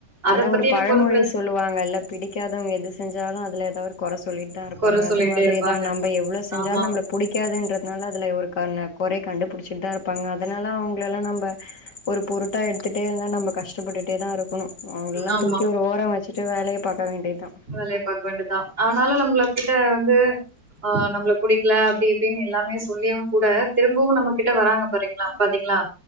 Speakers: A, on the right; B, on the left.
A: அத
B: அதா
A: பத்தி
B: ஒரு பழமொழி
A: எனக்கு ஒன்னு பிரச்சன
B: சொல்லுவாங்கல்ல பிடிக்காதவங்க எது செஞ்சாலு அதுல ஏதா ஒரு கொற சொல்லி த்தா இருப்பாங்க
A: கொற சொல்லிட்டே
B: அது மாதிரிதா
A: இருப்பாங்க
B: நம்ப எவ்ளோ செஞ்சாலு
A: ஆமா
B: நம்ள புடிக்காதுன்றதுனால அதுல ஒரு கண்ணு கொறய கண்டுபுடுச்சுட்தா இருப்பாங்க அதனால அவுங்லெல்லா நம் ம்ப ஒரு பொருட்டா எடுத்துட்டே இருந்தா நம்ம கஷ்டப்பட்டுட்டேதா இருக்கணு அவங்கள எல்லா
A: ஆமா
B: தூக்கி ஒரு ஓரோ வெச்சு சிட்டு வேலய பாக்க வேண்டிதா
A: வேலய பாக்க வேண்டிதா ஆனாலு நம்ள கிட்ட வந்து ஆ நம்ள புடிக்ல அப்டி இப்டினு எல்லாமே சொல்லியு கூட திரும்பவு நம்ம கிட்ட வராங்க பாரீங்ளா பாத்தீங்களா